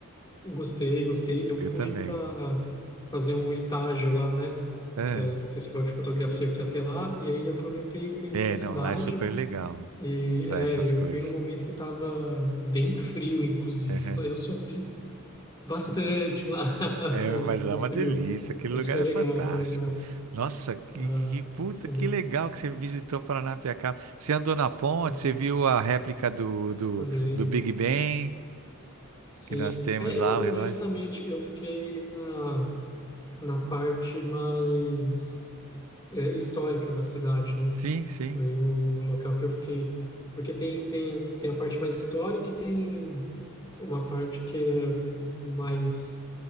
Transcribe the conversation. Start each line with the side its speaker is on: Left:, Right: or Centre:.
Left: Gostei, gostei. Eu fui
Right: Eu também.
Left: para fazer um estágio lá, né?
Right: É.
Left: É, no Festival de Fotografia que ia ter lá, e aí aproveitei e conheci
Right: É,
Left: a cidade,
Right: não, lá é super legal
Left: e
Right: pra
Left: é,
Right: essas
Left: eu
Right: coisas.
Left: fui num momento que estava bem frio, inclusive.
Right: Uhum.
Left: <laughs> Eu sofri bastante lá <laughs>
Right: É,
Left: com,
Right: mas lá
Left: com
Right: é uma
Left: frio.
Right: delícia, aquele
Left: Mas
Right: lugar
Left: foi
Right: é
Left: legal,
Right: fantástico.
Left: foi legal.
Right: Nossa, que,
Left: Ah,
Right: que- puta,
Left: uhum,
Right: que legal que você visitou Paranapiacaba. Você andou na ponte,
Left: é,
Right: você viu a réplica do, do,
Left: andei,
Right: do Big Ben
Left: sim.
Right: que nós temos
Left: É, eu,
Right: lá, o
Left: eu
Right: relógio?
Left: justamente eu fiquei na, na parte mais é, histórica da cidade, né?
Right: Sim, sim.
Left: Foi o local que eu fiquei. Porque tem, tem, tem a parte mais histórica e tem uma parte que é mais